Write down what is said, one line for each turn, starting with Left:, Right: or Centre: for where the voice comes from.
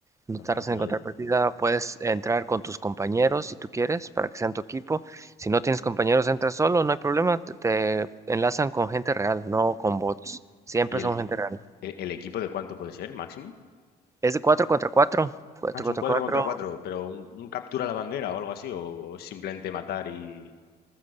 Right: No
Left: anda,
Right: tardas
Left: fíjate.
Right: en encontrar partida. Puedes entrar con tus compañeros si tú quieres, para que sean tu equipo. Si no tienes compañeros, entras solo, no hay problema. Te, te enlazan con gente real, no con
Left: ¿Y,
Right: bots. Siempre
Left: y el,
Right: son gente real.
Left: el- el equipo de cuánto puede ser, máximo?
Right: Es de 4 contra cuatro 4
Left: Ah, es
Right: contra
Left: un 4
Right: cuatro
Left: contra 4, pero un, un captura a la bandera o algo así, o, o simplemente matar y,